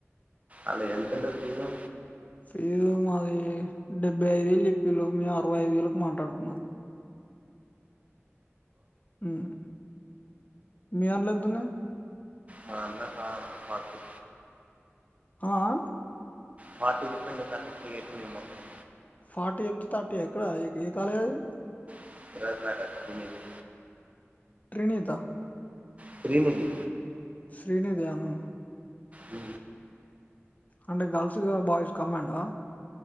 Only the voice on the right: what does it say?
అల్ల ఎంతుంటది ఫీజు
మా అన్న కా పది
ఫార్టీ చెప్పిండు థర్టీ కి ఫీజైపొయింది మొత్తం
<unintelligible> జూనియర్ ది
శ్రీనిధి
అ